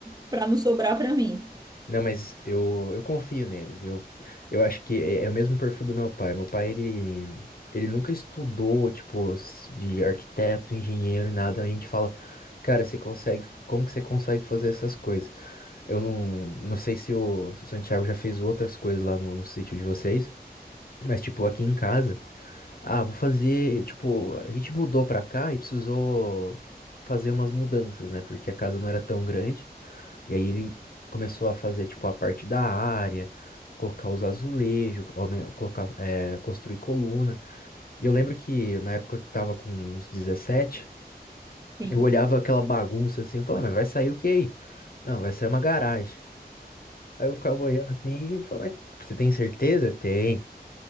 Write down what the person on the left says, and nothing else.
Não, mas eu, eu confio nele, viu? Eu acho que é, é o mesmo perfil do meu pai. Meu pai, ele, ele nunca estudou, tipo, s- de arquiteto, engenheiro, nada. A gente fala, cara, você consegue, como que você consegue fazer essas coisas? Eu não, não sei se o, se o Santiago já fez outras coisas lá no, no sítio de vocês, mas tipo aqui em casa, ah, vou fazer, tipo, a gente mudou pra cá e precisou fazer umas mudanças, né? Porque a casa não era tão grande. E aí ele começou a fazer tipo a parte da área, colocar os azulejos, aumen- colocar, é, construir coluna. E eu lembro que na época eu tava com uns 17,
eu olhava aquela bagunça assim e falava, "Ah, mas vai sair o que aí? Não, vai sair uma garagem. Aí eu ficava olhando assim e falava, "Mas você tem certeza? Tem.